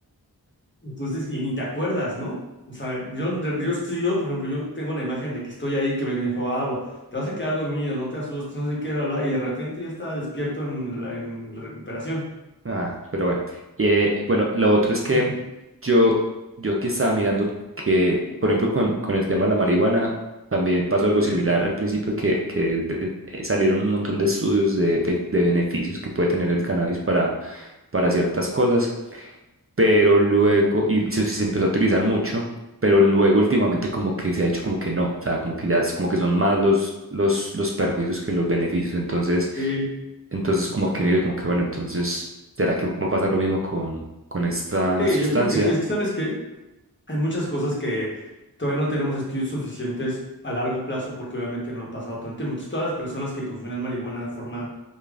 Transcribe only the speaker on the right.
Ah, pero bueno. Eh, bueno, lo otro es que
yo, yo aquí estaba mirando que, por ejemplo, con, con el tema de la marihuana, también pasó algo similar
al principio, que, que de- eh, salieron un montón de estudios de, de, de beneficios que puede tener el cannabis para, para ciertas cosas, pero luego, y se, se empezó a utilizar mucho, pero luego últimamente como que se ha hecho como que no, o sea, como que ya es como que son más los, los, los perjuicios que los beneficios, entonces...
Entonces, como que, como que bueno, entonces ¿Será que va a pasar lo mismo con, con esta
sustancia?